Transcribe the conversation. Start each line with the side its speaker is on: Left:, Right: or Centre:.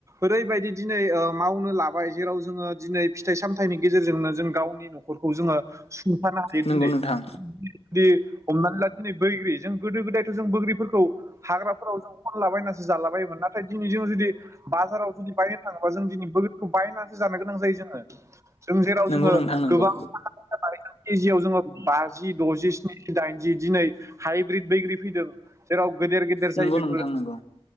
Right: ओरैबायदि दिनै मावनो लाबाय जेराव जोङो दिनै फिथाइ सामथायाइनि गेजेरजोंनो जों गावनि न'खखौ जोङो सुंथानो
Left: नंगौ
Right: दिनै
Left: नोंथां
Right: जुदि हमनानै ला दिनै बैग्रि जों गोदो गोदायथ' जों बग्रिफोरखौ खौ हाग्राफोराव जों अनलाबायनासो जालाबायोमोन नाथाय दिनै जों जुदि बाजाराव जुदि बायनो थाङोबा जों दिनै बोग्रिखौ बायनासो जानो गोनां जायो जों जों जेराव
Left: नंगौ
Right: जोङो
Left: नोंथां नंगौ
Right: गोबां <unintelligible> <inaudible> केजियाव जोङो बाजि द'जि, स्निजि, दाइनजि दिनै हाइब्रिद बैग्रि फैदों जेराव गेदेर गेदेर
Left: नंगौ
Right: जायो बेफोर
Left: नोंथां नंगौ